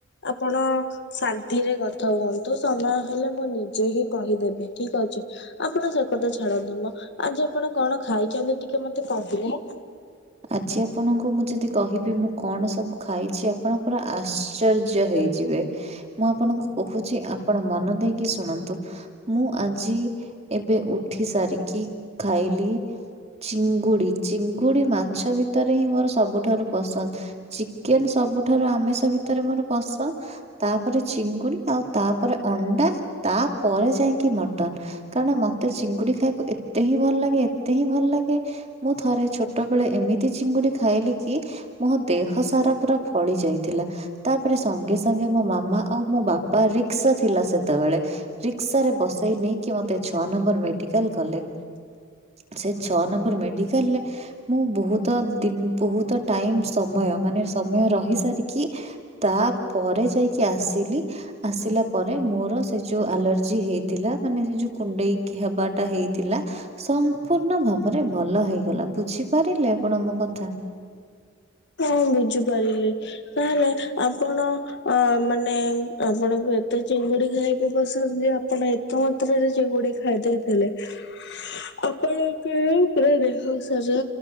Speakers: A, on the left; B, on the right.
A: ଆପଣ <inaudible> ଶାନ୍ତିରେ କଥା ହୁଅନ୍ତୁ ସମୟ ହେଲେ ମୁଁ ନିଜେ ହିଁ କହିଦେବି ଠିକ ଅଛି <unintelligible> ଆପଣ ସେ କଥା ଛାଡନ୍ତୁ ମ ଆଜି ଆପଣ କଣ ଖାଇଛନ୍ତି ଟିକେ ମତେ କହୁିଲେ।
B: ଆଜି ଆପଣଙ୍କୁ ମୁଁ ଯଦି କହିବି ମୁଁ କଣ ସବୁ ଖାଇଛି ଆପଣଙ୍କ ପୁର ଆ ଆଶ୍ଚର୍ଯ୍ୟ ହେଇଯିବେ ମୁଁ ଆପଣଙ୍କୁ କହୁଛି ଆପଣ ମନ ଦେଇକି ଶୁଣନ୍ତୁ ମୁଁ ଆଜି ଏବେ ଉଠି ସାରିକି ଖାଇଲି ଚିଙ୍ଗୁଡି ଚିଙ୍ଗୁଡି ମାଛ ଭିତରେ ହିଁ ମୋର ସବୁଠାରୁ ପସନ୍ଦ ଚିକେନ ସବୁଠାରୁ ଆମିଷ ଭିତରେ ମୋର ପସନ୍ଦ ତାପରେ ଚିଙ୍ଗୁଡି ଆଉ ତାପରେ ଅଣ୍ଡା ତାପରେ ଯାଇକି ମଟନ କାରଣ ମତେ ଚିଙ୍ଗୁଡି ଖାଇବାକୁ ଏତେ ହିଁ ଭଲ ଲାଗେ ଏତେ ହିଁ ଭଲ ଲାଗେ ମୁଁ ଥରେ ଛୋଟ ଛୋଟବେେଳେ ଏମିତି ଚିଙ୍ଗୁଡି ଖାଇଲି କି ମୋ ଦେହ ସାରା ପୁରା ଫଳି ଯାଇଥିଲା ତାପରେ ସଙ୍ଗେ ସଙ୍ଗେ ମୋ ମାମା ଆଉ ମୋ ବାପା ରିକ୍ସା ଥିଲା ସେତେବେଳେ ରିକ୍ସା ରେ ବସେଇ ନେଇକି ମତେ ଛଅ ନମ୍ବର ମେଡିକାଲ ଗଲେ ସେ ଛଅ ନମ୍ବର ମେଡିକାଲରେ ମୁଁ ବହୁତ ଦ ବହୁତ ଟାଇମ ସମୟ ମାନେ ସମୟ ରହି ସାରିକି ତା ପରେରେ ଯାଇକି ଆସିଲି ଆସିଲା ପରେ ମୋର ସେ ଯୋଉ ଆଲର୍ଜି ହେଇଥିଲା ମାନେ ସେ ଯୋଉ କୁଣ୍ଡେଇକି ହବାଟା ହେଇଥିଲା <unintelligible> ସମ୍ପୂର୍ଣ୍ଣ ଭାବରେ ଭଲ ହେଇଗଲା ବୁଝିପାରିଲେ ଆପଣ ମୋ କଥା।
A: ହଁ ବୁଝିପାରିଲି ତାହେଲେ ଆପଣ ଅ ମାନେ ଆପଣଙ୍କୁ ଏତେ ଚିଙ୍ଗୁଡି ଖାଇକି ପସନ୍ଦ ଯେ ଆପଣ, ମାତ୍ରରେ ସେଗୁଡେ ଖାଇଦେଇଥିଲେ <inaudible> ଆପଣଙ୍କର ପୁରା ଦେହ ସାରା